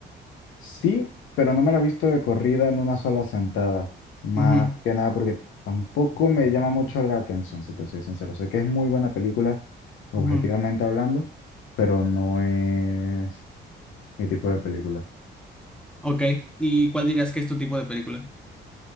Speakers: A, on the left; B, in the centre.
A: Sí, pero no me la he visto de corrida en una sola sentada. Más
B: Ujú,
A: que nada porque tampoco me llama mucho la atención, si te soy sincero. Sé que es muy buena película, objetivamente
B: ujú.
A: hablando, pero no es mi tipo de película.
B: Ok, ¿y cuál dirías que es tu tipo de película?